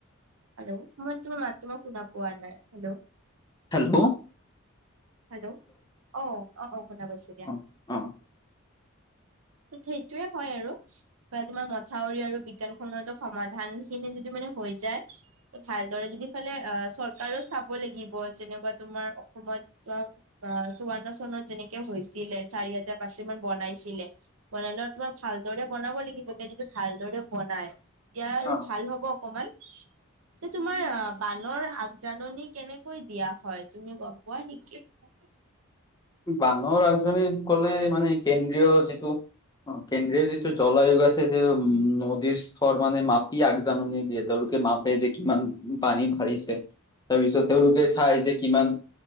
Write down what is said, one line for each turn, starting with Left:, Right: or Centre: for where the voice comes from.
Right: হেল্ল' মই তোমাৰ মাত তোমাক শুনা পোৱা নাই হেল্ল'
Left: হেল্ল'
Right: হেল্ল' অ অ অ শুনা পাইছো দিয়া
Left: অ অ <inaudible>
Right: সেইটোয়ে হয় আৰু ক তোমাৰ মথাউৰি আৰু বিজ্ঞান সমন্তো সমাধান খিনি যদি মানে। হৈ যায় ভালদৰে যদি ফালে আহ চৰকাৰেও চাব লাগিব যেনেকুৱা তোমাৰ অসমত- ত চৌৱন্ন চনত যেনেকে হৈছিলে চাৰি হাজাৰ পাঁচ মান বনাইছিলে বন তোমাৰ ভালদৰে বনাব লাগিব এতিয়া যদি ভালদৰে বনাই এতিয়া আৰু
Left: অ
Right: ভাল হ'ব অকমান-
Left: <inaudible>
Right: এ তোমাৰ বানৰ আগজাননী কেনেকৈ দিয়া হয় তুমি গম পোৱা নেকি? কি?
Left: বানৰ আগজনী কলে মানে কেন্দ্ৰীয় যিটো অ কেন্দ্ৰীয় যিটো- জলাআয়োগ আছে উম নদীৰ স্তৰ মানে মাপি, আগজাননী দিয়ে তেওঁলোকে মাপে যে কিমান- পানী ভাৰিছে- তাৰপিছত তেওঁলোকে চাই যে কিমান